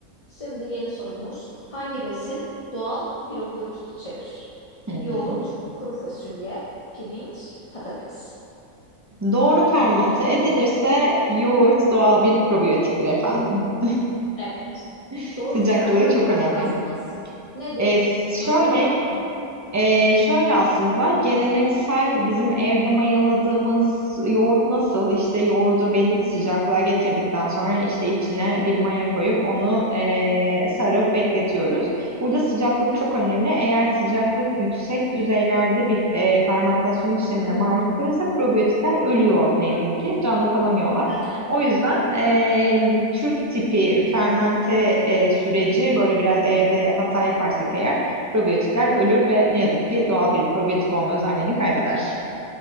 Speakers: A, on the left; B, on the right.
A: Şimdi yeni sorumuz. Hangi besin doğal probiyotik içerir?
B: Hı
A: Yoğurt,
B: hı.
A: kuru fasulye, pirinç, patates.
B: Doğru fermente edilirse yoğurt doğal bir probiyotiktir efendim.
A: Evet.
B: <laughs>
A: Doğrusu
B: Sıcaklığı
A: Ermente'den
B: çok önemli.
A: kastımız nedir?
B: E, şöyle
A: Mayalamak mı?
B: e, şöyle aslında geleneksel bizim evde mayaladığımız yoğurt nasıl? İşte yoğurdu belli
A: Hı
B: bir
A: hı.
B: sıcaklığa getirdikten sonra işte içine bir maya koyup onu e, sarıp bekletiyoruz. Burada sıcaklık
A: Evet.
B: çok önemli. Eğer sıcaklık yüksek düzeylerde bir e, fermentasyon işlemine
A: Hmm.
B: maruz kalırsa probiyotikler ölüyor ne yazık ki. Canlı kalamıyorlar.
A: Aha.
B: O yüzden e, Türk tipi fermente e, süreci böyle biraz evde hata yaparsak eğer probiyotikler ölür ve ne yazık ki doğal bir probiyotik olma özelliğini kaybeder.